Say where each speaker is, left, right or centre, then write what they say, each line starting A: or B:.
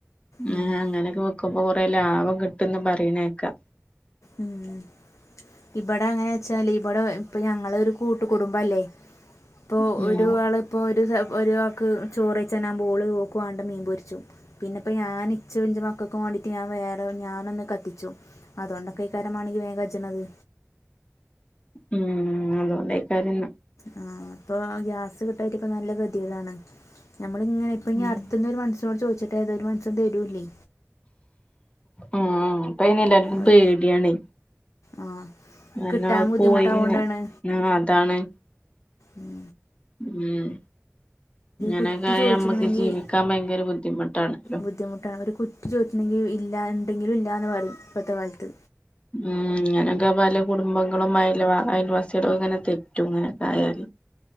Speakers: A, on the left; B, on the left.
A: ഉ
B: ഉം.
A: അങ്ങനെയൊക്കെ വെക്കുമ്പൊ കൊറെ ലാഭം കിട്ടുംന്ന് പറയണേക്കാ.
B: ഉം ഇവിടെ അങ്ങനെ വെച്ചാല് ഇവിടെ ഇപ്പൊ ഞങ്ങള ഒരു കൂട്ട കുടുംബല്ലേ? ഇപ്പൊ
A: ഉം
B: ഒരു ആള ഇപ്പോ ഒരു ഒരാൾക്ക് ചോറ് ചന്നാൻ ബോള് പോ വണ്ട മീൻ പൊരിച്ചും പിന്നെ ഇപ്പൾ ഞാൻ ഇച്ച ഇഞ്ചമാ ക്ക വേണ്ടട്ട് ഞൻ വേറെ ഞാന ഒന്നു കത്തിച്ചൊ അതൊ ണ്ട് കൈകാരമാണങ്ക വേഗജജനത്
A: ഉം അതുകൊണ്ട് കാര്യം
B: ഉഹ പ്പൊ ഗ്യാസ് കിട്ടായിട്ട് ഇപ്പ നല്ല കതിതാണ് നമ്മളിങ്ങനെ ഇപ്പ ഇനി
A: ഉം
B: അട്ത്തുന്ന ഒരു മനസിനോട് ചോദിച്ചട്ട ഏതോ ഒരു മൻസൻ തരൂല്ലേ
A: ഉം അപ്പ അയിനെ എല്ലാവർക്കും
B: ഒ-
A: പേടിയാണ്
B: ആ
A: എന്നാത്
B: കിട്ടാൻ ബുദ്ധിമുട്ടാവുകൊണ്ടാണ്
A: പോയി ആഹ് അതാണ്
B: ഉം
A: ഉം അങ്ങനൊക്കായി
B: കുറ്റി ചോദിച്ചിട്ടുണ്ടെങ്കിൽ
A: അമ്മക്ക് ജീവിക്കാൻ ഭയങ്കര ബുദ്ധിമുട്ടാണല്ലോ
B: ബുദ്ധിമുട്ടാണ് ഒരു കുറ്റി ചോദറ്റണണ്ടെങ്കിൽ ഇല്ല ഉണ്ടെങ്കിലും ഇല്ലാന്ന് പറയും ഇപ്പോഴത്തെ കാലത്ത്
A: ഉം ഇങ്ങനൊക്കെ പല കുടുംബങ്ങളും അയ അയൽവാസികളും ഇങ്ങനെ തെറ്റും ഇങ്ങനെക്കെ ആയാൽ